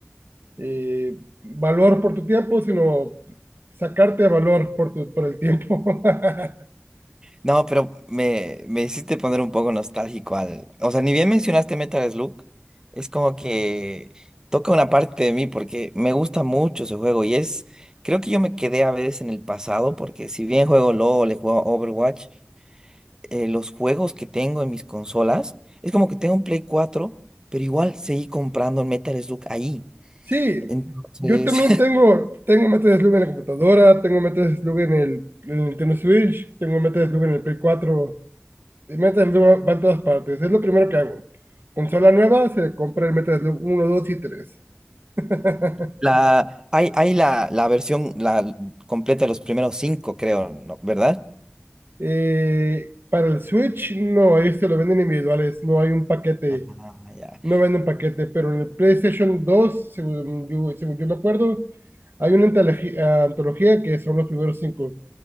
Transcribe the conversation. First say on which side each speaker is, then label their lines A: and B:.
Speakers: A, on the right; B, on the right.
A: eh, valor por tu tiempo, sino sacarte valor por, tu, por el tiempo. <laughs>
B: No, pero me, me hiciste poner un poco nostálgico al... O sea, ni bien mencionaste Metal Slug, es como que toca una parte de mí porque me gusta mucho ese juego y es... Creo que yo me quedé a veces en el pasado porque si bien juego LOL, le juego Overwatch, eh, los juegos que tengo en mis consolas, es como que tengo un Play cuatro, pero igual seguí comprando el Metal Slug ahí.
A: Sí,
B: Entonces...
A: yo también tengo, tengo Metal Slug en la computadora, tengo Metal Slug en el, en el Nintendo Switch, tengo Metal Slug en el Play cuatro El Metal Slug va en todas partes. Es lo primero que hago. Consola nueva, se compra el Metal Slug 1, 2 y tres. <laughs>
B: La, hay hay la, la versión la completa de los primeros cinco, creo, ¿no? ¿Verdad?
A: Eh, para el Switch, no, ellos se lo venden individuales. No hay un paquete.
B: Ah, ya.
A: No venden paquete. Pero en el PlayStation dos, según yo, según yo me acuerdo, hay una antologi- antología que son los primeros cinco.